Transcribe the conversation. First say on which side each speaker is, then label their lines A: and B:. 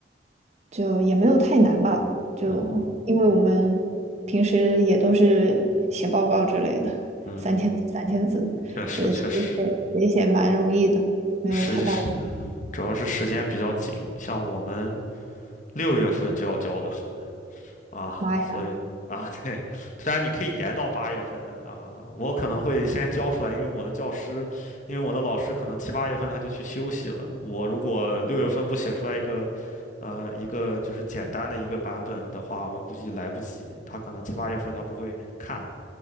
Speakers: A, on the right; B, on the left.
A: 就也没有太难吧，就因为我们平时也都是写报告之类的，
B: 嗯嗯嗯，
A: 三千字三千字，
B: 确实确实，
A: 觉得写写写写蛮容易的，没有太大的，
B: 时，嗯哼，主要是时间比较紧，像我们六月份就要交的文，啊，
A: 妈呀，
B: 所以啊，<laughs> 对，虽然你可以延到八月份啊，我可能会先交出来，因为我的教师，因为我的老师可能七八月份他就去休息了。我如果六月份不写出来一个，呃，一个就是简单的一个版本的话，我估计来不及。他可能七八月份他不会看，